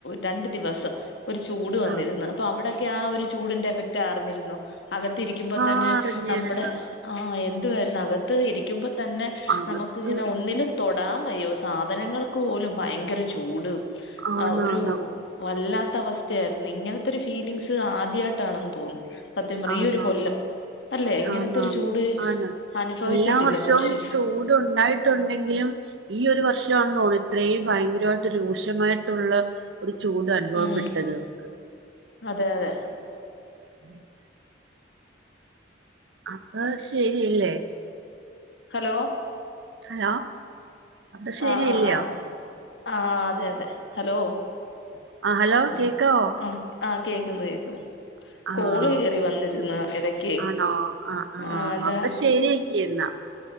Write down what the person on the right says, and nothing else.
ആ
ആ
അറിഞ്ഞിരുന്നു
അകത്ത്
ആണാണ്
ആണാണ്
ആന്ന്
ആന്ന്
ആണ്
എല്ലാ വർഷവും
ചൂടുണ്ടായിരു ട്ടുണ്ടെങ്കിലും ഈ ഒരു വർഷവാണെന്ന് തോന്ന്ന്ന് ഇത്രയും ഭയങ്കരവായിട്ട് രൂക്ഷമായിട്ടുള്ള ഒരു ചൂട് അനുഭവപ്പെട്ടത്
മക്ക്
<unintelligible> അപ്പൊ ശരിയല്ലേ
ഹലോ അപ്പൊ ശരിയല്ലയോ
ആഹ് ആ ഹലോ കേക്കാവോ
ആഹ്
ആണോ ആഹ് ആഹ്
അപ്പൊ ശരി എങ്കി എന്നാ